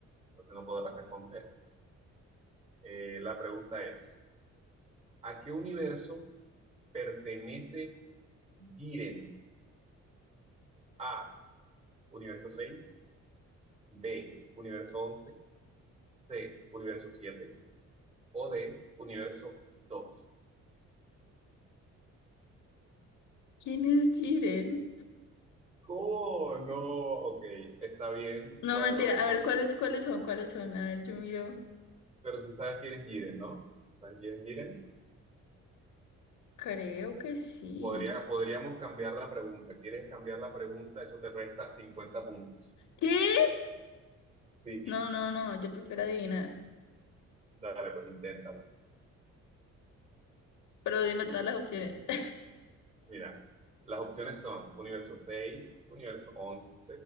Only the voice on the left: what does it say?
¿Quién es Jiren?
No,
mentira.
A ver, ¿cuáles, cuáles son? ¿Cuáles son? A ver, yo miro.
Creo que sí.
¿Qué?
No, no, no. Yo prefiero adivinar.
Pero dime todas las opciones. <laughs>